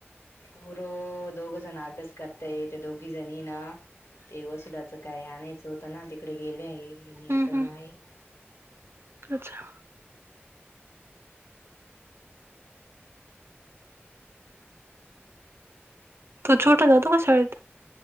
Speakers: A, on the left (about 85°); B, on the right (about 65°).
A: पोर दोघ जण अभ्यास करताय येत दोघी जणी ना ते वसुलाचं काय आणायचं होतं ना तिकडे गेले आहे. आणि
B: हम्म
A: तनु
B: हम्म
A: आहे.
B: अच्छा तो छोटा जातो का शाळेत?